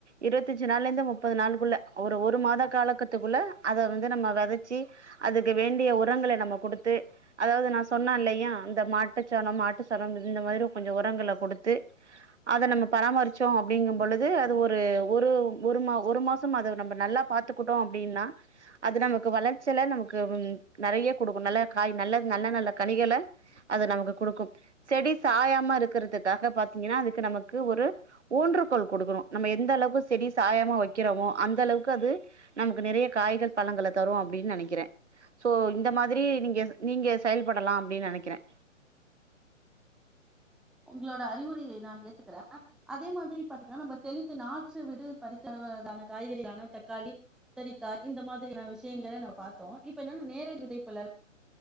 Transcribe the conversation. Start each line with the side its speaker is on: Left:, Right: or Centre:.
Right: இருவத்தஞ்சு நாள்லருந்து முப்பது நாளுக்குள்ள ஒரு ஒரு மாத காலக்கத்துக்குள்ள அத வந்து நம்ம வெதச்சி அதுக்கு வேண்டிய உரங்கள நம்ம கொடுத்து அதாவது நா சொன்ன இல்லையா இந்த மாட் ஆட்டுச்சாணம் மாட்டுச்சாணம் இந்த மாரி கொஞ்சம் உரங்கள குடுத்து அத நம்ம பராமரிச்சோ அப்டீங்கும் பொழுது அது ஒரு ஒரு ஒரு மா ஒரு மாசம் அத நம்ம நல்லா பாத்துக்குட்டோ அப்டின்னா அது நமக்கு வளர்ச்சல நமக்கு நறையா குடுக்கு நல்ல காய் நல்ல நல்ல நல்ல கணிகள அது நமக்கு குடுக்கும் செடி சாயாம இருக்கிறதுக்காக பாத்தீங்கன்னா அதுக்கு நமக்கு ஒரு ஊன்றுக்கோள் கொடுக்கணும் நம்ம எந்த அளவுக்கு செடி சாயாம வைக்கிறமோ அந்த அளவுக்கு அது நமக்கு நேறைய காய்கள் பழங்கள தரும் அப்படின்னு நினைக்கிறேன் சோ இந்த மாதிரி நீங்க நீங்க செயல்படலாம் அப்படின்னு நேனைக்கிறேன்.
Centre: உங்களோட அறிவுரையை நான் ஏத்துக்கிறேன் அதே மாதிரி பாத்தீங்கன்னா நம்ம தெளித்து நாற்று விடு பறித்தடுவதான காய்கறியான தக்காளி கத்திரிக்காய் இந்த மாதிரியான விஷயங்க நம் பார்த்தோம் இப்ப என்னன்ன நேரடி விதைப்புல